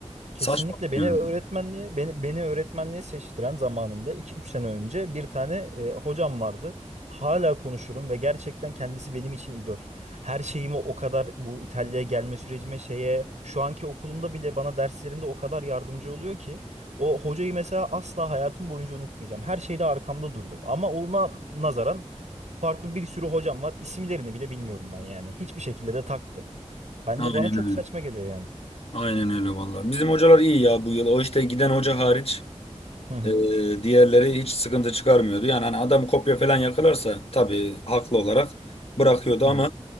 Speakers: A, on the right (about 85°); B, on the left (about 60°).
A: Kesinlikle
B: Saçma
A: beni
B: yani.
A: öğretmenliğe beni, beni öğretmenliğe seçtiren zamanında iki üç sene önce bir tane e, hocam vardı. Hala konuşurum ve gerçekten kendisi benim için idol. Her şeyimi o kadar bu İtalya'ya gelme sürecime şeye şu anki okulumda bile bana derslerimde o kadar yardımcı oluyor ki o hocayı mesela asla hayatım boyunca unutmayacağım. Her şeyde arkamda durdu. Ama ona nazaran farklı bir sürü hocam var. İsimlerini bile bilmiyorum ben yani. Hiçbir şekilde de takmıyorum. Bence
B: Aynen
A: bana çok
B: öyle.
A: saçma geliyor yani.
B: Aynen öyle vallahi. Bizim hocalar iyi ya bu yıl. O işte giden hoca hariç
A: Hı hı.
B: e, diğerleri hiç sıkıntı çıkarmıyordu. Yani hani adam kopya falan yakalarsa tabii haklı olarak bırakıyordu
A: Hı
B: ama
A: hı.